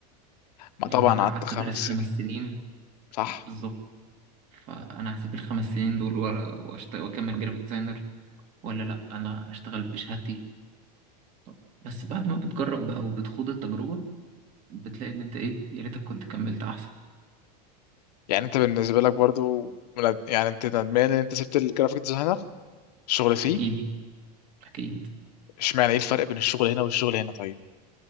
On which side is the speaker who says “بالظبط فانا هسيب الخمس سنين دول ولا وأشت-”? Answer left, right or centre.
Right